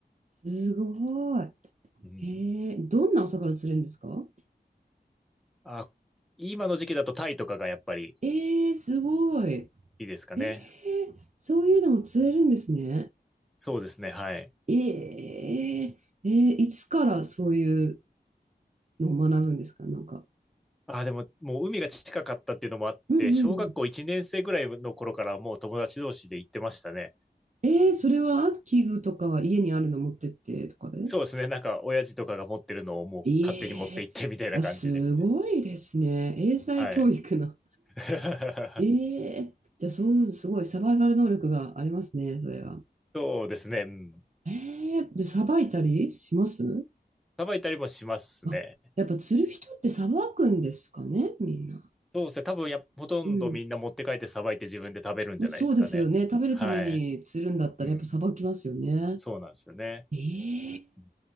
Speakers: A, on the right; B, in the centre.
A: すごい。
B: うん。
A: えー、どんなお魚釣れるんですか
B: あ、今の時期だとタイとかがやっぱり
A: えー、すごい。
B: いいですかね。
A: えー、そういうのも釣れるんですね。
B: そうですね。はい。
A: えー、えーいつからそういうのを学ぶんですかなんか。
B: あ、でももう海が近かったっていうのもあって、
A: うんうんうん。
B: 小学校1年生ぐらいの頃からもう友達同士で行ってましたね。
A: えー、それは器具とか家にあるの持ってってとかですか
B: そうですね。なんか、親父とかが持ってるのをもう勝手に持って行ってみたいな感じで。
A: ええあ、すごいですね。英才教育の。
B: はい。<laughs>
A: ええじゃあ、そう、すごいサバイバル能力がありますね、それは。
B: そうですね。うん。
A: ええで、さばいたりします
B: さばいたりもしますね。
A: あ、やっぱ釣る人ってさばくんですかね、みんな。
B: そうですね。多分や、ほとんどみんな持って帰ってさばいて自分で食べるんじゃないですかね。
A: うん。まあそうですよね。食べるために釣るんだったら、
B: はい。うん。
A: やっぱさばきますよね。
B: そうなんですよね。
A: え
B: うん